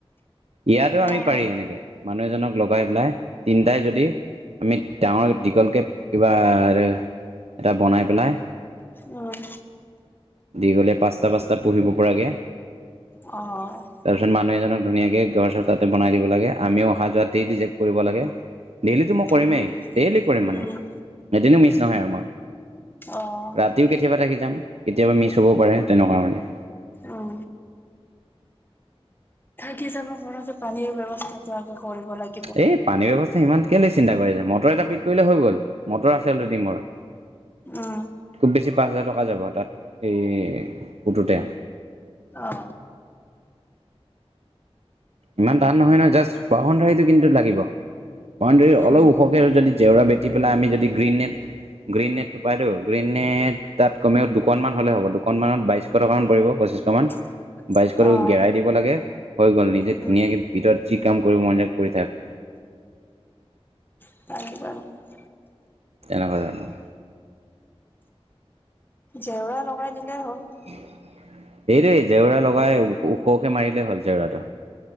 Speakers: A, on the right; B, on the left.
A: ইয়াতো আমি
B: অ',
A: পাৰি এনেকে, মানুহ এজনক লগাই পেলাই তিনিটাই যদি। আমি ডাঙৰ দীঘলকে কিবা এটা বনাই পেলাই।
B: অ'।
A: দি গ'লে পাঁচটা পাঁচটা পঢ়িব পৰাকে।
B: অ'।
A: তাৰপিছত মানুহ এজনক ধুনীয়াকে ঘৰ-চৰ তাতে বনাই দিব লাগে। আমিও অহা যোৱাতেই ৰিজেক্ট কৰিব লাগে। ডেইলিতটো মই
B: উম,
A: কৰিমেই। ডেইলি কৰিম মানে।
B: উম,
A: এদিনো মিছ নহয় আৰু মোৰ।
B: অ',
A: ৰাতিও কেতিয়াবা থাকি যাম। কেতিয়াবা মিছ হ'বও পাৰে, তেনেকুৱা মানে।
B: অঁ। থাকি যাব পৰাতে পানীৰ ব্যৱস্থাটো আগে কৰিব লাগি
A: এই পানীৰ ব্যৱস্থা সিমান কেলে চিন্তা কৰি আছে? মটৰ এটা ফিট কৰিলে হৈ গ'ল। মটৰ আছে এলৰেদি মোৰ।
B: উম।
A: খুব বেছি পাঁচ হাজাৰ টকা যাব তাত এই পুটোতে।
B: অ।
A: ইমান টান নহয় নহয়। জাষ্ট বাউণ্ডেৰী কিন্তু লাগিব। বাউণ্ডেৰী
B: উম,
A: অলপ ওখ আৰু যদি জেওৰা বেটি পেলাই আমি যদি গ্ৰীণ নেট গ্ৰীণ নেটটো পাইতো। গ্ৰীণ নেট তাত কমেও দুখনমান হ'লে হ'ব। দুখনমানত বাইশ শ টকা মান পৰিব পঁচিশমান।
B: <inaudible>
A: <unintelligible>
B: অ',
A: ঘেৰাই দিব লাগে, হৈ গ'ল। নিজে
B: উম,
A: ধুনীয়াকে ভিতৰত যি কাম কৰিব মন যায় কৰি থাক।
B: <inaudible>
A: <inaudible>
B: জেওৰা লগাই দিলেই হ'ল।
A: সেইটোৱেই জেওৰা লগাই ওখকে মাৰি দিলে হ'ল জেওৰাটো।